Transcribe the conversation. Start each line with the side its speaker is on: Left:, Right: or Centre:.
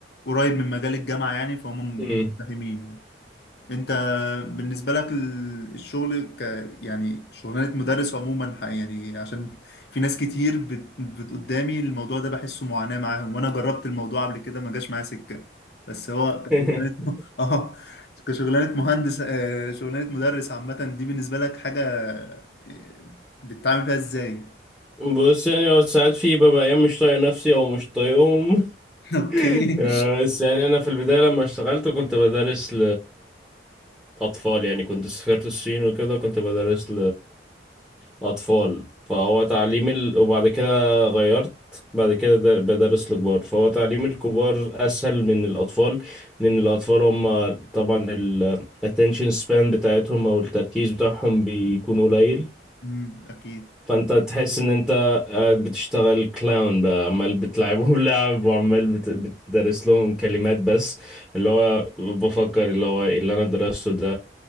Left: قريب من مجال الجامعة يعني فهم
Centre: امم
Left: م- متفاهمين يعني انت بالنسبه لك ال- الشغل ك يعني شغلانه مدرس عموما ح- يعني عشان في ناس كتير بت... بت... قدامي الموضوع ده بحسه معاناه معاهم وانا جربت الموضوع قبل كده ما جاش معايا سكه بس هو كشغلانه
Centre: <laughs>
Left: م- <laughs> اه كشغلانه مهندس آه، شغلانه مدرس عامه دي بالنسبه لك حاجه آه، بتتعامل فيها ازاي
Centre: بص يعني هو ساعات في ببقى ايام مش طايق نفسي او مش طايقهم <laughs>
Left: <laughs> اوكي
Centre: آه، بس يعني انا في البدايه لما اشتغلت كنت بدرس لاطفال يعني كنت سافرت الصين وكده كنت بدرس لاطفال فهو تعليم ال... وبعد كده غيرت بعد كده در- بدرس لكبار فهو تعليم الكبار اسهل من الاطفال لان الاطفال هم طبعا ال attention span بتاعتهم او التركيز بتاعهم بيكون قليل
Left: امم اكيد
Centre: فانت تحس ان انت قاعد بتشتغل كلاون بقى عمال بتلعبهم <laughs> لعب وعمال بت- بتدرس لهم كلمات بس اللي هو بفكر اللي هو إيه اللي انا درسته ده